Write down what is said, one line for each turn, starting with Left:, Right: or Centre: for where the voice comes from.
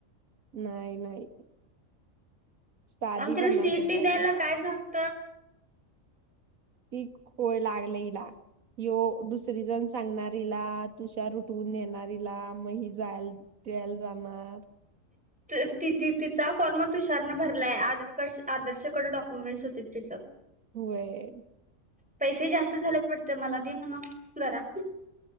Right: नाही नाही साधी
Centre: आमत्याला
Right: पन्नास
Centre: सीईटी
Right: हजार
Centre: द्यायला
Right: आहे
Centre: काय झालतं.
Right: ती खुळ लागलंय हिला ह्यो. दुसरी जण सांगणार हिला तुषार उठवून नेणार हिला मग ही जायला द्यायला जाणार.
Centre: ति तिचा फॉर्म तुषारनं भरलाय आधार आदर्शकडं डॉक्युमेंटस होते तिचं.
Right: व्हय.
Centre: पैसे जास्त झाल्यात वाटतं मला दे म्हणाव की जरा.